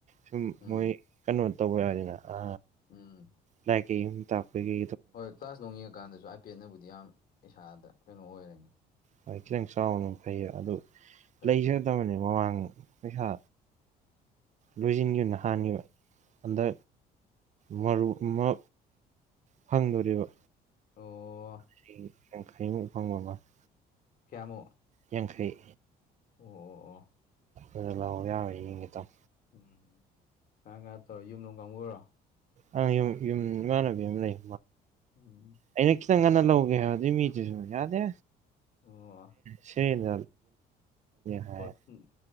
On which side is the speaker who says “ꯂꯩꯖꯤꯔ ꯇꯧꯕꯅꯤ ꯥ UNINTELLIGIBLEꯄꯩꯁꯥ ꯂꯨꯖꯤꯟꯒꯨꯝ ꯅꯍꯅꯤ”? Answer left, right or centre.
Right